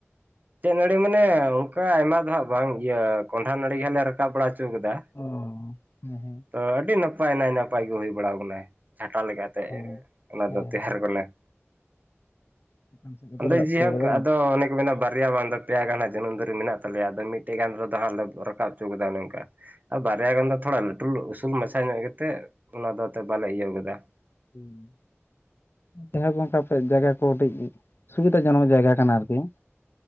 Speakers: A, on the right (about 35°); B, on the left (about 50°).
A: ᱪᱮᱫ ᱱᱟᱹᱲᱤ ᱢᱟᱱᱮ ᱚᱱᱠᱟ ᱟᱭᱢᱟ ᱫᱚ ᱦᱟᱸᱜ ᱵᱟᱝ ᱤᱭᱟᱹ ᱠᱚᱸᱰᱷᱟ ᱱᱟᱹᱲᱤ ᱜᱮᱞᱮ ᱨᱟᱠᱟᱵ ᱵᱟᱲᱟ ᱪᱤ ᱠᱟᱫᱟ
B: ᱚ ᱦᱮᱸ ᱦᱮᱸ
A: ᱛᱚ ᱟᱹᱰᱤ ᱱᱟᱯᱟᱭ ᱱᱟᱭ ᱱᱟᱯᱟᱭ ᱜᱮ ᱦᱩᱭ ᱵᱟᱲᱟ ᱠᱟᱱᱟᱭ ᱡᱷᱟᱴᱟ ᱞᱮᱠᱟ -ᱼ ᱛᱮ
B: ᱚ
A: ᱚᱱᱟ
B: ᱦᱮᱸ
A: ᱫᱚ ᱛᱟᱦᱮᱨ ᱜᱚᱞᱟ ᱾
B: ᱪᱮᱛᱟᱱ ᱥᱮᱫ ᱜᱮᱯᱮ
A: ᱟᱫᱚ
B: ᱨᱟᱠᱟᱵ
A: ᱡᱮᱦᱳᱠ
B: ᱦᱚᱪᱚ ᱠᱟᱫᱟ ᱵᱟᱝ
A: ᱟᱫᱚ ᱚᱱᱮ ᱠᱚ ᱢᱮᱱᱟ ᱵᱟᱨᱭᱟ ᱵᱟᱝ ᱫᱚ ᱯᱮᱭᱟ ᱜᱟᱱ ᱦᱟᱸᱜ ᱡᱟᱹᱱᱩᱢ ᱫᱟᱨᱮ ᱢᱮᱱᱟᱜ ᱛᱟᱞᱮᱭᱟ ᱟᱫᱚ ᱢᱤᱫᱴᱮᱡ ᱜᱟᱱ ᱨᱮᱫᱚ ᱦᱟᱸᱜ ᱞᱮ ᱨᱟᱠᱟᱵ ᱚᱪᱚ ᱠᱟᱫᱟ ᱚᱱᱮ ᱚᱝᱠᱟ ᱾ ᱟᱨ ᱵᱟᱨᱭᱟ ᱜᱟᱱ ᱫᱚ ᱛᱷᱳᱲᱟ ᱞᱟᱹᱴᱩ ᱩᱥᱩᱞ ᱢᱟᱪᱷᱟ ᱧᱚᱜ ᱜᱮᱛᱮ ᱚᱱᱟ ᱫᱚ ᱮᱛᱮᱫ ᱵᱟᱞᱮ ᱤᱭᱟᱹᱣ ᱠᱟᱫᱟ ᱾
B: ᱦᱩᱸ ᱾ ᱡᱟᱦᱟᱸ ᱠᱚ ᱚᱱᱠᱟ ᱟᱯᱮ ᱡᱟᱭᱜᱟ ᱠᱚ ᱠᱟᱹᱴᱤᱡ ᱥᱩᱵᱤᱫᱟ ᱡᱚᱱᱚᱠ ᱡᱟᱭᱜᱟ ᱠᱟᱱᱟ ᱟᱨᱠᱤ ᱾